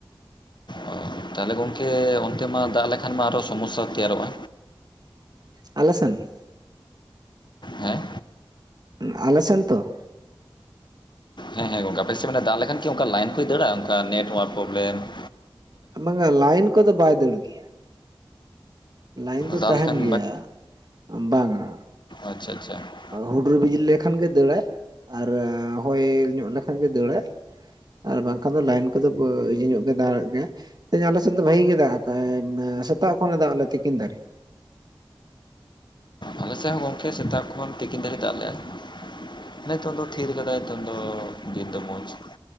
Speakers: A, on the left; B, on the right.
A: ᱚ ᱛᱟᱦᱚᱞᱮ ᱜᱚᱝᱠᱮ ᱚᱱᱛᱮ ᱢᱟ ᱫᱟᱜ ᱞᱮᱠᱷᱟᱱ ᱢᱟ ᱟᱨᱚ ᱥᱚᱢᱚᱥᱟ ᱛᱮᱭᱟᱨᱚᱜᱼᱟ᱾
B: ᱟᱞᱮᱥᱮᱱ,
A: ᱦᱮᱸ
B: ᱟᱞᱮ ᱥᱮᱱ ᱛᱚ,
A: ᱦᱮᱸ ᱦᱮᱸ ᱜᱚᱝᱠᱮ ᱟᱯᱮ ᱥᱮᱱ ᱫᱟᱜ ᱞᱮᱠᱷᱟᱱᱤ ᱚᱱᱠᱟ ᱞᱟᱭᱤᱱ ᱠᱚᱭ ᱫᱟᱹᱲᱟ ᱚᱱᱠᱟ ᱱᱮᱴᱳᱣᱟᱨᱠ ᱯᱨᱚᱵᱽᱞᱮᱢ ᱾
B: ᱵᱟᱝᱟ ᱞᱟᱭᱤᱱ ᱠᱚᱫᱚ ᱵᱟᱭ ᱫᱟᱹᱲ ᱜᱮᱭᱟ ᱾ ᱞᱟᱭᱤᱱ ᱫᱚ
A: ᱫᱟᱜ
B: ᱛᱟᱦᱮᱱ
A: ᱞᱮᱠᱷᱟᱱ
B: ᱜᱮᱭᱟ ᱵᱟᱝᱟ ᱾
A: ᱟᱪᱷᱟ ᱟᱪᱷᱟ ᱾
B: ᱦᱩᱰᱩᱨ ᱵᱤᱡᱽᱞᱤ ᱞᱮᱠᱷᱟᱱ ᱜᱮ ᱫᱟᱹᱲᱲᱟ ᱟᱨ ᱦᱚᱭ ᱧᱚᱜ ᱞᱮᱠᱷᱟᱱ ᱜᱮ ᱫᱟᱹᱲᱲᱟ ᱾ ᱟᱨ ᱵᱟᱝᱠᱷᱟᱱ ᱫᱚ ᱞᱟᱭᱤᱱ ᱠᱚᱫᱚ ᱤᱡᱤ ᱧᱚᱜ ᱜᱮ ᱫᱟᱲᱟᱜ ᱜᱮ ᱛᱮᱦᱮᱧ ᱟᱞᱮᱥᱮᱫ ᱫᱚ ᱵᱷᱟᱜᱤ ᱜᱮ ᱫᱟᱜ ᱠᱟᱜ ᱟᱭ ᱥᱮᱛᱟᱜ ᱠᱷᱚᱱᱮ ᱫᱟᱜ ᱞᱮᱜ ᱟ ᱛᱤᱠᱤᱱ ᱫᱟᱹᱨᱤᱡ
A: ᱟᱞᱮᱥᱮᱫ ᱦᱚ ᱜᱚᱢᱠᱮ ᱥᱮᱛᱟᱜ ᱠᱷᱚᱱ ᱛᱤᱠᱤᱱ ᱫᱷᱟᱹᱨᱤᱡ ᱫᱟᱜ ᱞᱮᱜ ᱟᱭ ᱱᱤᱛᱚᱜ ᱫᱚ ᱛᱷᱤᱨ ᱠᱟᱫᱟᱭ ᱱᱤᱛᱚᱝ ᱫᱚ ᱫᱤᱱ ᱫᱚ ᱢᱚᱡᱽ ᱾